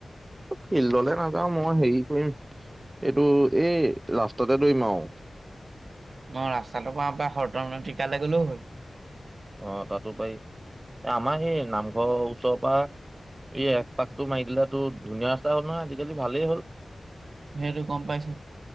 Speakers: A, on the right; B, on the right.
A: ফিল্ডলে নাযাও মই হেৰি কৰিম এইটো এই ৰাষ্টাতে দৌৰিম আও
B: অ ৰাস্তাটো পৰা ঘৰত তাৰমানে তেতিয়ালে গলেও হল
A: অঁ তাতো পাৰি এ আমাৰ সেই নামঘৰৰ ওচৰৰ পৰা এই এক পাকটো মাৰি দিলো ধুনীয়া ৰাস্তা হ'ল নহয় আজিকালি ভালেই হ'ল
B: সেইটো গম পাইছো